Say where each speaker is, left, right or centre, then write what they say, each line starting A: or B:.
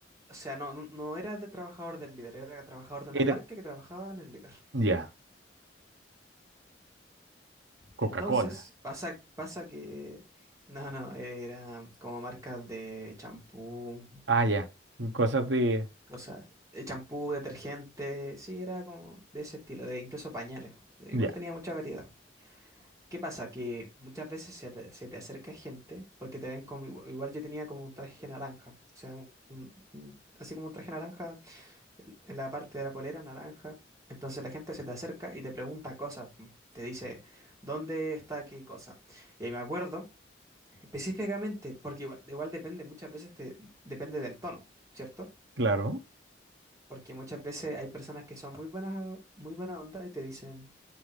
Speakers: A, on the right (about 20°); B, on the right (about 80°).
A: O sea, no, no no era de trabajador del líder, era trabajador de una
B: Era-
A: marca que trabajaba en el líder.
B: ya. Coca-Cola.
A: Entonces, pasa, pasa que, no, no, era como marcas de champú,
B: Ah, ya. Cosas de...
A: cosas, eh, champú, detergente, sí, era como de ese estilo, de incluso pañales. Igual
B: Ya,
A: tenía mucha variedad. ¿Qué pasa? Que muchas veces se te, se te acerca gente porque te ven como igual, igual yo tenía como un traje naranja, o sea, un- un- así como un traje naranja en la parte de la polera naranja. Entonces la gente se te acerca y te pregunta cosas, mm, te dice, ¿dónde está qué cosa? Y ahí me acuerdo específicamente, porque igual, igual depende, muchas veces te, depende del tono, ¿cierto?
B: claro.
A: Porque muchas veces hay personas que son muy buenas, muy buena onda y te dicen